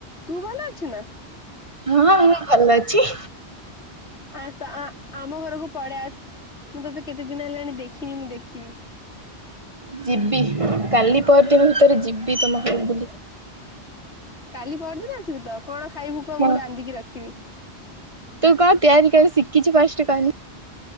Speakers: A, on the left; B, on the right.
A: ତୁ ଭଲ ଅଛୁ ନା?
B: ହଁ ହଁ ମୁଁ ଭଲ ଅଛି।
A: ଆସ ଆ ଆମ ଘରକୁ ପଳେଇ ଆସ ମୁଁ ତୋତେ କେତେ ଦିନ ହେଲାଣି ଦେଖିନି ମୁଁ ଦେଖିବି।
B: ଯିବି କାଲି ପର ଦିନ ଭିତରେ ଯିବି ତମ <unintelligible> ବୁଲି
A: କାଲି ପରଦିନ ଆସିବୁ ତ କଣ ଖାଇବୁ କହ
B: ହଁ
A: ମୁଁ ରାନ୍ଧିକି ରଖିବି?
B: ତୁ କଣ ତିଆରି କରି ଶିଖିଚୁ ଫାଷ୍ଟ କହିଲୁ?